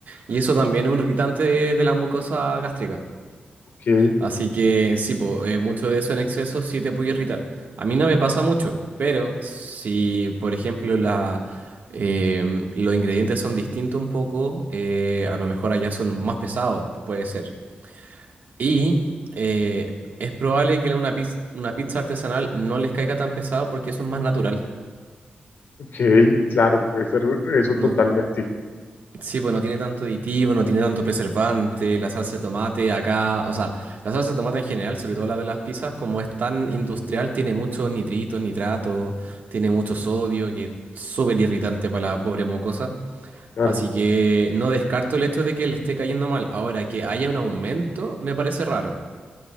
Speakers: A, on the right (about 60°); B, on the left (about 80°).
A: Y eso también es un irritante de, de la mucosa gástrica.
B: Ok,
A: Así que sí, po, eh, mucho de eso en exceso sí te puede irritar. A mí no me pasa mucho, pero si, por ejemplo, la, em, los ingredientes son distintos un poco, eh, a lo mejor allá son más pesados, puede ser. Y eh, es probable que la- una, piz- una pizza artesanal no les caiga tan pesado porque eso es más natural.
B: ok, claro, puede ser eso
A: No,
B: totalmente.
A: Sí, pues no tiene tanto aditivo, no tiene tanto preservante, la salsa de tomate acá, o sea, la salsa de tomate en general, sobre todo la de las pizzas, como es tan industrial, tiene muchos nitritos, nitratos, tiene mucho sodio, que es súper irritante para la pobre mocosa.
B: Claro.
A: Así que no descarto el hecho de que le esté cayendo mal. Ahora, que haya un aumento, me parece raro.